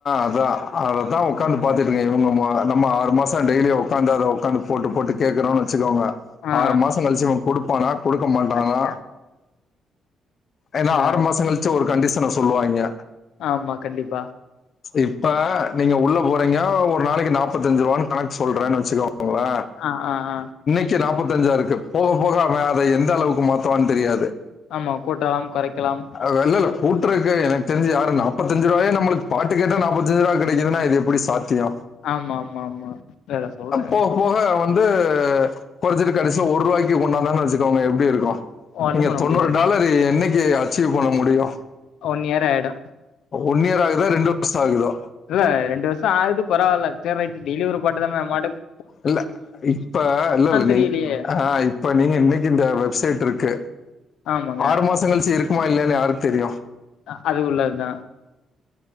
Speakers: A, on the left; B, on the left.
A: அதா அததா ஒக்காந்து பாத்துட்ருக்கே இவுங்க நம்ம ஆறு மாசோ டெய்லியு உக்காந்து அத உக்காந் போட்டு போட்டு கேக்குறோன் வச்சுக்கோங்க
B: ஆ
A: ஆறு மாசோ கழிச்சு இவ குடுப்பானா குடுக்க மாட்டானா
B: அதுதா
A: ஏனா
B: அதா
A: ஆறு மாசோ கழிச்சு ஒரு கண்டிஷன சொல்லுவாய்ங்க
B: ஆமா கண்டிப்பா
A: இப்ப நீங்க உள்ள போறீங்க ஒரு நாளைக்கு நாப்பத்தஞ்சு ரூவான் கணக்கு சொல்றேன் வச்சுக்கோங்ளே
B: ஆ ஆ ஆ
A: சி நாப்பத்தஞ்சா ருக்கு போக போக அவெ அத எந்த அளவுக்கு மாத்துவான் தெரியாது
B: ஆமா கூட்டலாம் கொறைக்கலாம்
A: அது வெல்லல்ல கூட்றக்கு எனக்கு தெரிஞ்சு யாரும் நாப்பத்தஞ்சு ரூவாயே ந உங்களுக் பாட்டு கேட்டா நாப்பத்தஞ்சு ரூபா கெடைக்குதுன்னா இது எப்டி சாத்தியோ
B: ஆமா ஆமா ஆமா வேற சொல்றே
A: போக
B: எப்டி
A: போக வந்து கொறச்சிட்டு கடைசில ஒருவாய்க்கு கொண்டாந்தான்னா வச்சுக்கோங்க எப்டி இருக்கூ
B: ஒண்ணு
A: நீங்க
B: பண்ண
A: தொண்ணூறு
B: முடியாது
A: டாலரு என்னைக்கி அச்சீவ் பண்ண முடியு
B: ஒன் இயர் ஆயிடு
A: ஒன் இயர் ஆகுதா ரெண்டு வர்ஷோ ஆகுதா
B: இல்ல ரெண்டு வருஷோ ஆவுது பரவால்ல சேர் ரைட் டீலி ஒரு பண்டு தாங்க நம் மாட்டுக்
A: இல்ல இப்ப இல்லல்ல
B: தெரியலையே
A: நீங் ஆ இப்ப நீங்க இன்னிக்கி இந்த வெப்சைட்ருக்கு
B: ஆமாங்க
A: ஆறு மாசோ கழிச்சு இர் குமா இல்லியானு யாருக்கு தெரியு
B: அ அது உள்ளத்தா